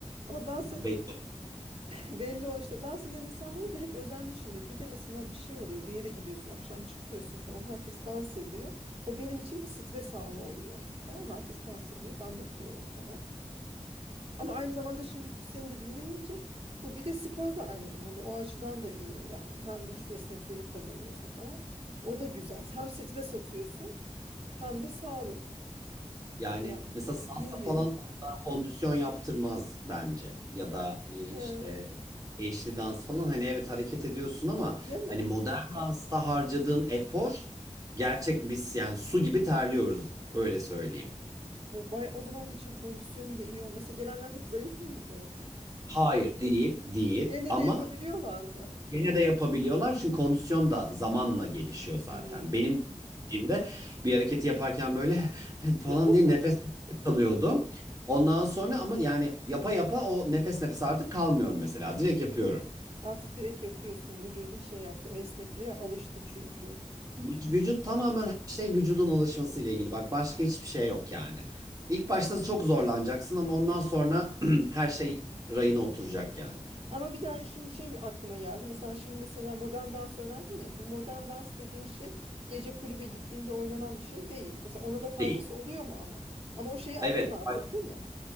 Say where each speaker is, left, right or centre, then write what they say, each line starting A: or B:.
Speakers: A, on the right (about 50°); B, on the right (about 30°).
A: Ama dans
B: Ya belli.
A: Belli o işte dans eden insanlara da hep özenmişimdir. Bir de mesela bir şey oluyor. Bir yere gidiyorsun, akşam çıkıyorsun falan. Herkes dans ediyor. O benim için bir stres anı oluyor. Tamam mı? Herkes dans ediyor. Ben bakıyorum falan. Ama aynı zamanda şimdi seni de dinleyince bu bir de spor da aynı zamanda o açıdan da iyi yani. Hem vücut esnekliğini kazanıyorsun falan. O da güzel. Hem stres atıyorsun hem de sağlık.
B: Yani
A: Yani
B: mesela salsa
A: win-win.
B: falan o kadar kondisyon yaptırmaz bence. Ya da e, işte
A: Ee,
B: eşli dans falan hani evet hareket ediyorsun ama
A: değil mi?
B: hani modern dansta harcadığın efor gerçek biz yani su gibi terliyoruz öyle söyleyeyim.
A: Bu bay o zaman için kondisyonu da iyi olmasa gelenler hep zayıf mıydı?
B: Hayır değil değil
A: Gene
B: ama
A: de yapabiliyorlar mı?
B: Yine de yapabiliyorlar çünkü kondisyon da zamanla gelişiyor zaten.
A: Hmm.
B: Benim dediğimde bir hareketi yaparken böyle <laughs> falan
A: <laughs>
B: diye nefes kalıyordu. Ondan sonra ama yani yapa yapa o nefes nefese artık kalmıyorum mesela. Direkt yapıyorum.
A: Artık direkt yapıyorsun. Vücudun şey yaptı. O esnekliğe alıştı çünkü.
B: Vü- Vücut
A: İyi.
B: tamamen her şey vücudun alışması ile ilgili. Bak başka hiçbir şey yok yani. İlk başta çok zorlanacaksın ama ondan sonra <clears throat> her şey rayına oturacak yani.
A: Ama bir daha şimdi şey mi aklıma geldi. Mesela şimdi mesela modern dans öğrendin ya. Bu modern dans dediğin şey gece kulübe gittiğinde oynanan bir şey değil. Mesela ona da faydası
B: Değil.
A: oluyor mu ama? Ama o şeyi attın
B: Evet.
A: artık
B: Ay-
A: değil mi?